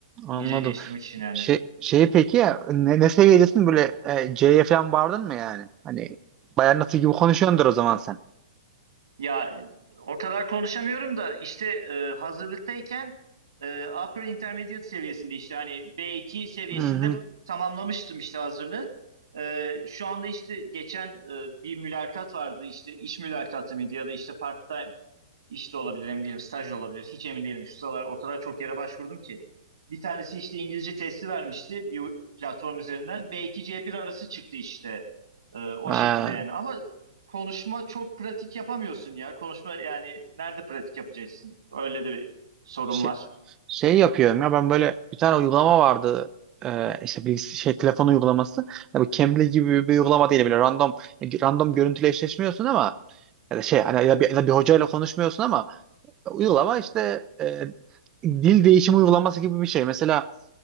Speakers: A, on the right (about 25°); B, on the right (about 75°).
A: anladım.
B: İngilizce geliştirmek için yani.
A: Şey, şey peki ya ne, ne seviyedesin böyle e, C'ye falan vardın mı yani? Hani bayan nasıl gibi konuşuyordur o zaman sen.
B: Ya o kadar konuşamıyorum da işte e, hazırlıktayken e, upper intermediate seviyesinde işte hani B2 seviyesinde
A: Hı hı.
B: bu- tamamlamıştım işte hazırlığı. E, şu anda işte geçen e, bir mülakat vardı işte iş mülakatı mıydı ya da işte part işte olabilir emin değilim. Staj da olabilir. Hiç emin değilim. Şu sıralar o kadar çok yere başvurdum ki. Bir tanesi işte İngilizce testi vermişti bir platform üzerinden. B2 C1 arası çıktı işte. Ee, o
A: Ha,
B: şekilde yani. Ama konuşma çok pratik yapamıyorsun ya. Konuşma yani nerede pratik yapacaksın? Öyle de bir sorun
A: şey-
B: var.
A: şey yapıyorum ya ben böyle bir tane uygulama vardı Ee, işte bir şey telefon uygulaması yani bu Cambly gibi bir uygulama değil böyle random random görüntüyle eşleşmiyorsun ama ya da şey hani ya bir, ya da bir hocayla konuşmuyorsun ama uygulama işte e, dil değişimi uygulaması gibi bir şey mesela